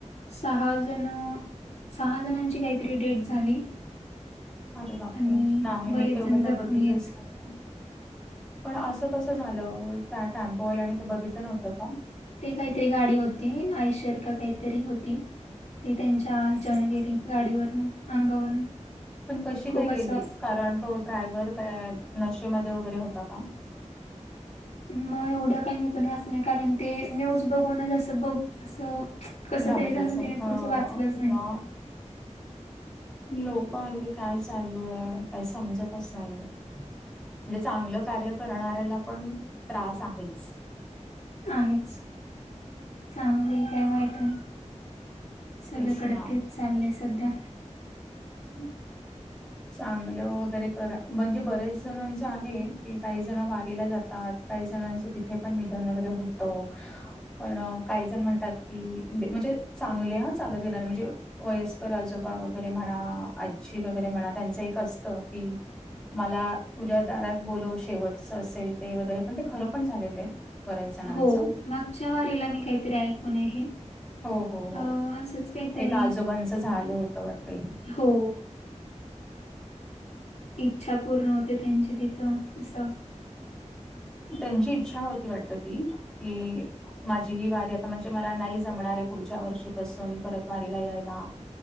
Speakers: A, on the left (about 65°); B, in the centre.
A: सहा जण, सहा जणांची काहीतरी डेथ झाली.
B: अरे बापरे
A: आणि
B: नाही
A: बरेच
B: मी तेवढं
A: जण जखमी
B: काय बघितलंच
A: आहेत
B: नाही. पण असं कस झालं त्या टॅम्पोवाल्याने ते बघितच नव्हत का.
A: ते काहीतरी गाडी होती आयषर का काहीतरी होती. ती त्यांच्या ह्याच्यानं गेली गाडीवरनं अंगावरनं.
B: पण कशी
A: खूप
B: काय गेली
A: असं
B: कारण तो ड्रायव्हर काय नशेमध्ये वगैरे होता का.
A: मग एवढं काही मी पण वाचणार कारण ते न्यूज बघूनच असं बघ असं. कसं
B: घाबरल्यासारखं
A: तरी झालं ते मी पुढचं वाचलंच
B: ओके
A: नाही
B: हा लोक हल्ली काय चालूय काय समजतच नाहीय. म्हणजे चांगलं कार्य करणाऱ्याला पण त्रास आहेच.
A: आहेच चांगले काय वाईट आहे. सगळ्याकडे
B: तेच ना.
A: तेच चाललंय सध्या.
B: हम् चांगलं वगैरे करा म्हणजे बरेच जणांचं आहे की काही जण वारीला जात काही जणांचं तिथे पण निधन वगैरे होतं.
A: <inaudible>
B: पण काही जण म्हणतात. कि म्हणजे चांगले ह चालत गणार म्हणजे वयस्कर आजोबाा वगैरे म्हणा आजी वगैरे म्हणा त्यांचं एक असतं कि मला तुझ्या दारात बोलो शेवटच असेल ते वगैरे पण ते खरं पण झालेलं आहे. बऱ्याच जणांचं
A: हो मागच्या वारीला मी काहीतरी ऐकून आहे. हे
B: हो हो
A: अ
B: हो
A: असंच काहीतरी
B: एक आजोबांचं झालं होतं वाट ते
A: हो.. इच्छा पूर्ण होते. त्यांची तिथं असं.
B: त्यांची इच्छा होती. वाटत ती की, माझी ही वारी आता म्हणजे मला नाही जमणार आहे. पुढच्या वर्षीपासून परत वारीला यायला.